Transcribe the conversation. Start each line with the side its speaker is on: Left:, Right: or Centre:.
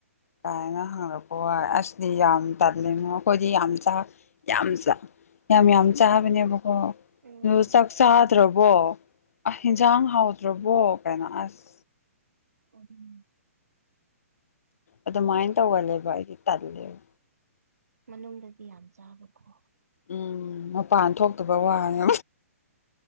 Left: ꯀꯥꯏꯅ ꯍꯪꯉꯛꯄ ꯋꯥꯏ ꯑꯁꯗꯤ ꯌꯥꯝ ꯇꯜꯂꯤꯉꯣ ꯑꯈꯣꯏꯗꯤ ꯌꯥꯝ ꯌꯥꯝ ꯌꯥꯝ ꯌꯥꯝ ꯆꯥꯕꯅꯦꯕꯀꯣ
Right: ꯎꯝ
Left: ꯑꯗꯨ ꯆꯥꯛ ꯆꯥ ꯍꯥꯎꯇ꯭ꯔꯕꯣ ꯑ ꯍꯟꯖꯥꯡ ꯍꯥꯎꯗ꯭ꯔꯕꯣ ꯀꯥꯏꯅ ꯑꯁ
Right: ꯑꯗꯨꯅꯦ
Left: ꯑꯗꯨꯃꯥꯏꯅ ꯇꯧꯒꯜꯂꯦꯕ ꯑꯩꯗꯤ ꯇꯜꯂꯦꯕ
Right: ꯃꯅꯨꯡꯗꯗꯤ ꯌꯥꯝ ꯆꯥꯕꯀꯣ
Left: ꯎꯝ ꯃꯄꯥꯟ ꯊꯣꯛꯇꯕ ꯋꯥꯅꯦ